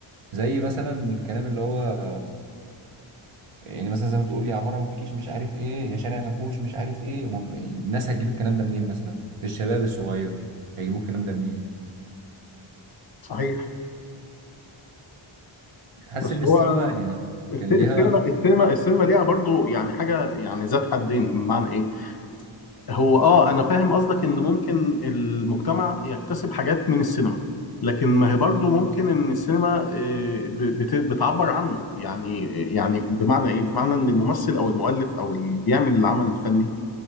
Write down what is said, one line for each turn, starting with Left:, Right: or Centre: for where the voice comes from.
Right: زي مثلا الكلام اللي هو يعني مثلا زي ما تقول يا عماره ما فيكيش مش عارف ايه يا شارع ما فيهوش مش عارف ايه وما- يعني الناس هتجيب الكلام ده منين مثلا الشباب الصغير هيجيبوا الكلام ده منين
Left: صحيح
Right: حاسس
Left: بس
Right: ان
Left: هو
Right: السينما يعني
Left: الس-
Right: كان
Left: السينما
Right: ليها
Left: السينما السينما ليها برضو يعني حاجه يعني ذات حدين بمعنى ايه هو اه انا فاهم قصدك ان ممكن المجتمع يكتسب حاجات من السينما لكن ما هي برضه ممكن ان السينما آه، ب- بت- بتعبر عنه يعني يعني بمعنى ايه بمعنى ان الممثل او المؤلف او اللي بيعمل العمل الفني